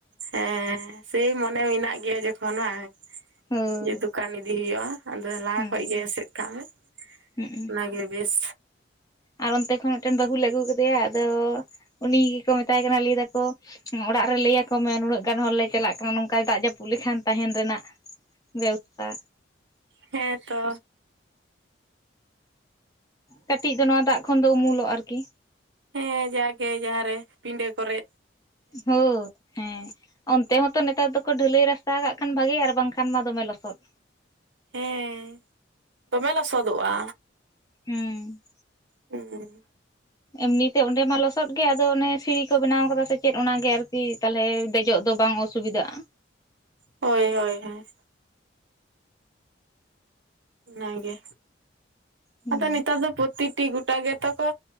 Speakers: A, on the right (about 70°); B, on the left (about 20°).
A: ᱦᱮᱸ ᱥᱮᱭ ᱢᱚᱱᱮ ᱢᱮᱱᱟᱜ ᱜᱮᱭᱟ ᱡᱚᱠᱷᱚᱱ ᱵᱟᱝ᱾
B: ᱦᱳᱭ
A: ᱡᱮ ᱫᱚᱠᱟᱱ ᱤᱫᱤ ᱦᱩᱭᱩᱜᱼᱟ ᱟᱫᱚ ᱞᱟᱦᱟ
B: ᱦᱩᱸ
A: ᱠᱷᱚᱡ ᱜᱮ ᱮᱥᱮᱫ ᱠᱟᱜ ᱢᱮ
B: ᱦᱩᱸ
A: ᱚᱱᱟᱜᱮ ᱵᱮᱥ᱾
B: ᱟᱨ ᱚᱱᱛᱮ ᱠᱷᱚᱱ ᱢᱤᱫᱴᱮᱱ ᱵᱟᱹᱦᱩ ᱞᱮ ᱟᱹᱜᱩ ᱠᱮᱫᱮᱭᱟ ᱟᱫᱚ ᱩᱱᱤ ᱜᱮᱠᱚ ᱢᱮᱛᱟᱭ ᱠᱟᱱᱟ ᱞᱟᱹᱭ ᱫᱟᱠᱚ ᱚᱲᱟᱜ ᱨᱮ ᱞᱟᱹᱭᱭᱟᱠᱚ ᱢᱮ ᱱᱩᱱᱟᱹᱜ ᱜᱟᱱ ᱦᱚᱲᱞᱮ ᱪᱟᱞᱟᱜ ᱠᱟᱱᱟ ᱱᱚᱝᱠᱟᱭ ᱫᱟᱜ ᱡᱟᱹᱯᱩᱫ ᱞᱮᱠᱷᱟᱱ ᱛᱟᱦᱮᱱ ᱨᱮᱱᱟᱜ ᱵᱮᱵᱚᱥᱛᱟ
A: ᱦᱮᱸ ᱛᱚ
B: ᱠᱟᱹᱴᱤᱡ ᱫᱚ ᱱᱚᱣᱟ ᱫᱟᱜ ᱠᱷᱚᱱ ᱫᱚ ᱩᱢᱩᱞᱚᱜ ᱟᱨᱠᱤ
A: ᱦᱮᱸ ᱡᱟᱜᱮ ᱡᱟᱦᱟᱸ ᱨᱮ ᱯᱤᱸᱰᱟᱹ ᱠᱚᱨᱮ
B: ᱦᱳ ᱦᱮᱸ ᱚᱱᱛᱮ ᱦᱚᱸᱛᱚ ᱱᱮᱛᱟᱨ ᱫᱚᱠᱚ ᱰᱷᱟᱹᱞᱟᱹᱭ ᱨᱟᱥᱛᱟ ᱠᱟᱜ ᱠᱷᱟᱱ ᱵᱷᱟᱜᱮ ᱟᱨ ᱵᱟᱝᱠᱷᱟᱱ ᱢᱟ ᱫᱚᱢᱮ ᱞᱚᱥᱚᱫ
A: ᱦᱮᱸ ᱫᱚᱢᱮ ᱞᱚᱥᱚᱫᱚᱜᱼᱟ᱾
B: ᱦᱩᱸ
A: ᱦᱩᱸ
B: ᱮᱢᱱᱤᱛᱮ ᱚᱸᱰᱮ ᱢᱟ ᱞᱚᱥᱚᱫ ᱜᱮ ᱟᱫᱚ ᱚᱱᱮ ᱥᱤᱲᱤ ᱠᱚ ᱵᱮᱱᱟᱣ ᱠᱟᱫᱟ ᱥᱮ ᱪᱮᱫ ᱚᱱᱟᱜᱮ ᱟᱨᱠᱤ ᱛᱟᱦᱚᱞᱮ ᱫᱮᱡᱚᱜ ᱫᱚ ᱫᱚ ᱵᱟᱝ ᱚᱥᱩᱵᱤᱫᱷᱟᱜᱼᱟ᱾
A: ᱦᱳᱭ ᱦᱳᱭ ᱦᱳᱭ ᱱᱟᱭᱜᱮ
B: ᱦᱩᱸ
A: ᱟᱫᱚ ᱱᱤᱛᱚᱜ ᱫᱚ ᱯᱚᱛᱤ ᱴᱤ ᱜᱩ ᱜᱚᱴᱟ ᱜᱮᱛᱚ ᱠᱚ